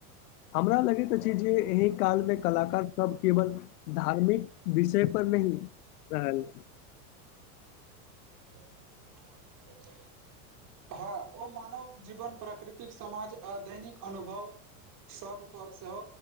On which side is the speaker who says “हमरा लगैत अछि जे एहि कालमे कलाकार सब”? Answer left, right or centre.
Left